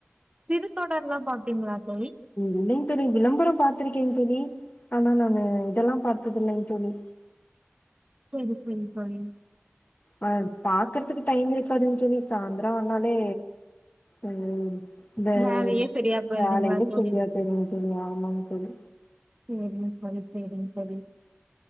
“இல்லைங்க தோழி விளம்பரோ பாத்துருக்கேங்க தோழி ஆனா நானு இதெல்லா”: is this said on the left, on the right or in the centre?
Left